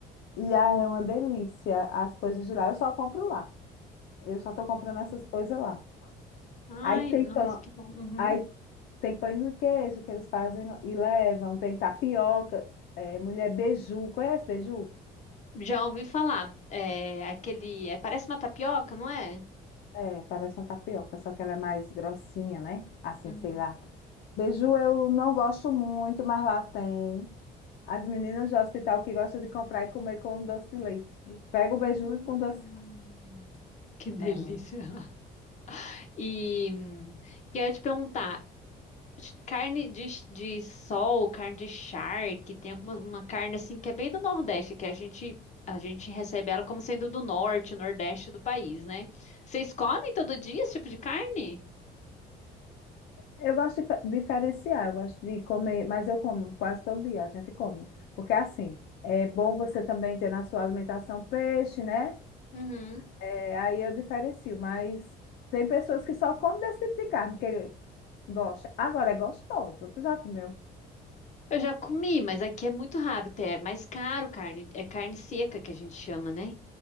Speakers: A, on the left (about 70°); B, on the left (about 45°).
A: E ah, é uma delícia as coisas de lá, eu só compro lá. Eu só estou
B: Hum.
A: comprando essas coisas lá.
B: Ai,
A: Aí tem
B: nossa,
A: pão,
B: que bom. Uhum.
A: aí tem pães de queijo que eles fazem e levam, tem tapioca, é, mulher beiju, conhece beiju?
B: Já ouvi falar. É aquele. é- parece uma tapioca, não é?
A: É, parece uma tapioca, só que ela é mais grossinha, né? Assim,
B: Uhum.
A: sei lá. Beiju eu não gosto muito, mas lá tem. As meninas do hospital que gostam de comprar e comer com doce de leite. Pega o
B: Hum,
A: beiju e com doce.
B: que delícia.
A: É,
B: E hum, queria te perguntar, carne de, de sol, carne de charque, tem alguma uma carne assim que é bem do Nordeste, que a gente a gente recebe ela como sendo do Norte, Nordeste do país, né? Vocês comem todo dia esse tipo de carne?
A: Eu gosto de pa- diferenciar, eu gosto de comer, mas eu como quase todo dia, a gente come. Porque assim, é bom você também ter na sua alimentação peixe, né?
B: Uhum.
A: É, aí eu diferencio, mas tem pessoas que só comem desse tipo de carne, porque gosta. Agora é gostoso, tu já comeu?
B: Eu já comi, mas aqui é muito raro ter, é mais caro carne, é carne seca que a gente chama, né?